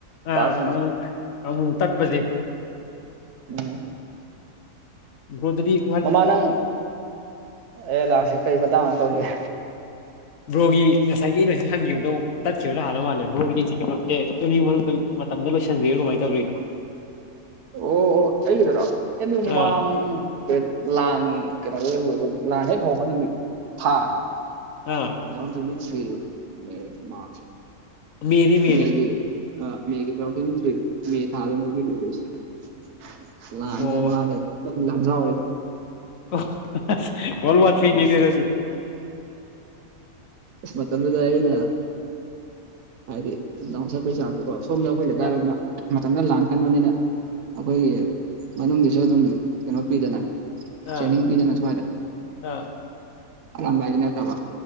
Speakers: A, on the right; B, on the left.
A: ꯇꯥꯛꯁꯤꯡꯁꯦ
B: ꯑꯥ ꯑꯃꯨ ꯑꯃꯨꯃꯨ ꯇꯠꯄꯖꯦ
A: ꯎꯝ
B: ꯕ꯭ꯔꯣ ꯗꯨꯗꯤ
A: ꯃꯃꯥ ꯅꯪ ꯑꯦ ꯂꯥꯛꯁꯤ ꯀꯔꯤ ꯃꯇꯥꯡ ꯑꯝ ꯇꯧꯁꯤꯒꯦ
B: ꯕ꯭ꯔꯣꯒꯤ ꯉꯁꯥꯏꯒꯤ <unintelligible> ꯍꯪꯒꯤꯕꯗꯣ ꯇꯠꯈꯤꯕꯅ ꯍꯥꯜꯂ ꯃꯥꯜꯂꯦ ꯕ꯭ꯔꯣꯒꯤ <unintelligible> ꯑꯦꯝ ꯌꯨ <unintelligible> ꯃꯇꯝꯗ ꯂꯣꯏꯁꯟꯒꯤꯔ ꯀꯃꯥꯏ ꯇꯧꯒ꯭ꯔꯤꯅꯣ
A: ꯑꯣ ꯑꯣ ꯑꯩꯒꯤꯗꯨꯔꯣ ꯑꯦꯝ ꯌꯨ ꯃꯃꯥꯡ
B: ꯑꯥ
A: ꯂꯥꯟ ꯀꯩꯅꯣ ꯑꯣꯏ ꯂꯣꯏꯗꯣꯏꯅꯤ ꯂꯥꯟ ꯍꯦꯛ ꯍꯧꯕ ꯅꯨꯃꯤꯠ ꯊꯥꯗꯣ
B: ꯑꯥ
A: two thousand twenty three May ꯃꯥꯔꯁꯔ
B: ꯃꯦꯅꯤ ꯃꯦꯅꯤ
A: ꯃꯦꯒꯤ ꯑꯥ ꯃꯦꯒꯤ two thousand twenty three May ꯊꯥꯗ <unintelligible> ꯂꯥꯟꯅꯦ
B: ꯑꯣ
A: ꯃꯥꯅꯦ <unintelligible>
B: <unintelligible>
A: ꯃꯇꯝꯗꯨꯗ ꯑꯩꯅ ꯍꯥꯏꯗꯤ ꯗꯥꯎꯟ ꯆꯠꯄꯩ ꯆꯥꯡꯁꯦ ꯁꯣꯝꯗ ꯑꯩꯈꯣꯏ ꯂꯩ ꯀꯥꯏꯔꯣꯝꯗ
B: ꯑꯥ
A: ꯃꯇꯝꯗ ꯂꯥꯟ ꯀꯟꯕꯅꯤꯅ ꯑꯩꯈꯣꯏꯒꯤ ꯃꯅꯨꯡꯒꯤꯁꯨ ꯑꯗꯨꯝ ꯀꯩꯅꯣ ꯄꯤꯗꯅ ꯆ꯭ꯔꯦꯅꯤꯡ
B: ꯑꯥ
A: ꯄꯤꯗꯅ ꯁ꯭ꯋꯥꯏꯗ
B: ꯑꯥ
A: ꯑꯔꯥꯝꯕꯥꯏꯒꯤ ꯅꯠꯇꯕ